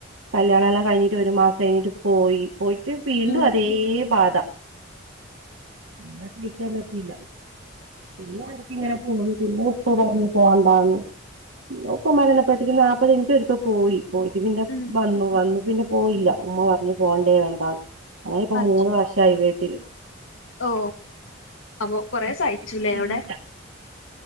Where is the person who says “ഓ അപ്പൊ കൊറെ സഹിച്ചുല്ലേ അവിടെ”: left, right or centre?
Left